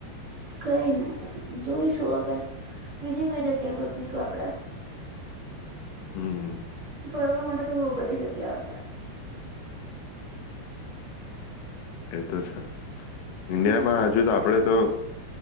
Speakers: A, on the right; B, on the left.
A: કઈ ન જોઈશું હવે બીજી કોઈ જગ્યા ગોચીશું આપડે
B: હમ હમ
A: ફરવા માટે તો બહુ બધી જગ્યાઓ છે
B: એતો છે ઇન્ડિયામાં
A: હા
B: હજુ તો આપડે તો